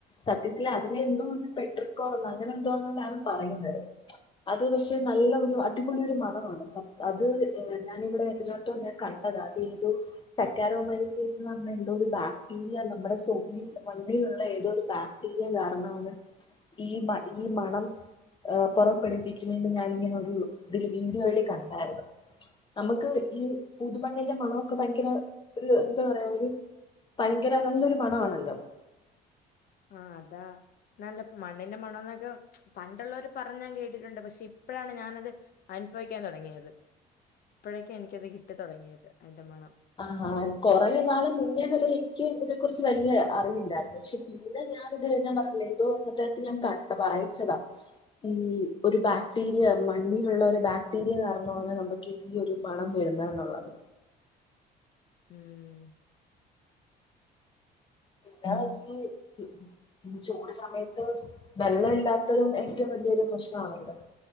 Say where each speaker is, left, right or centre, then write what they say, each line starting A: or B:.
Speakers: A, on the left (about 30°); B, on the left (about 60°).
A: സത്യത്തി അതിനെ എന്തോ പെട്രികോൾ അങ്ങനെ എന്തോന്നണ്ടാണ് പറയുന്നത് അത് പക്ഷെ നല്ല ഒരു അടിപൊളി ഒരു മണമാണ് അത് ഞാനിവിടെ എതിനോട്ടം ഞാൻ കണ്ട ത അത് ഇതും സക്കരോമൈസെറ്റ് എന്ന് പറഞ്ഞ എന്തോ ഒരു ബാക്ടീരിയ നമ്മ സോപ്പിൽ മണ്ണിൽ ള്ള ഏതോരു ബാക്ടീരിയ കാരണമാണ് ഈ മ ഈ മണം ഏ പുറപ്പെടുപ്പിക്കുന്നുണ്ട ഞാനിങ്ങനെ ഒരു ഇതില് വീഡിയോയില് കണ്ടായിരുന്നു നമുക്ക് ഈ പുതു മണ്ണിന്റെ മണൊക്കെ ഭയങ്കര ഒരു എന്താ പറയാ ഒരു ഭയങ്കര നല്ലൊരു മണ ആണല്ലോ
B: ആ അതാ നല്ല മണ്ണിന്റെ മണന്നൊക്കെ പണ്ടുള്ളവര് പറഞ്ഞ ഞാൻ കേട്ടിട്ടുണ്ട് പക്ഷെ ഇപ്പോഴാണ് ഞാനത് അനുഭവിക്കാൻ തുടങ്ങിയത് ഇപ്പോഴേക്കും എനിക്കത് കിട്ടി തുടങ്ങിയത് അതിന്റെ മണം
A: ആ കൊറേ നാള് മുന്നെന്നൊരു എനിക്ക് ഇതിനെ കുറിച്ച് വല്യ അറി <unintelligible> പക്ഷെ ഇവ്ടെ ഞാനിത് <unintelligible> പറഞ്ഞില്ലേ ഏതോ <unintelligible> ഞാൻ കണ്ട് വായിച്ചതാ ഈ ഒരു ബാക്ടീരിയ മണ്ണിലുള്ള ഒരു ബാക്ടീരിയ കാരണമാണ് നമുക്ക് ഈ ഈ ഒരു മണം വരുന്നെന്നു ള്ളത്
B: ഉം
A: പിന്നെ <unintelligible> ക്കീ ച് ചൂട് സമയത്ത് വെള്ളല്ലാത്തതും ഏറ്റവും വലിയൊരു പ്രശ്നാണല്ലോ